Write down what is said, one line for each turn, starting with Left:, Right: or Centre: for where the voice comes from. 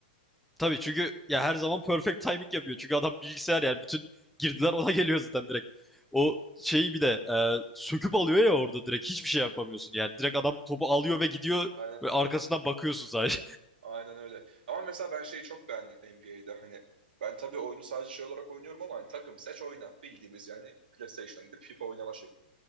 Centre: Tabii çünkü ya her zaman perfect timing yapıyor. Çünkü adam bilgisayar yani bütün girdiler ona geliyor zaten direkt. O şeyi bir de e, söküp alıyor ya orada direkt hiçbir şey yapamıyorsun. Yani direkt adam topu alıyor ve gidiyor
Right: Aynen
Centre: ve
Right: öyle.
Centre: arkasından bakıyorsun sadece.
Right: Aynen öyle. Ama mesela ben şeyi çok beğendim NBA'de hani ben tabii oyunu sadece şey olarak oynuyorum ama hani takım seç oyna bildiğimiz yani PlayStation'a gidip FIFA oynama şekli.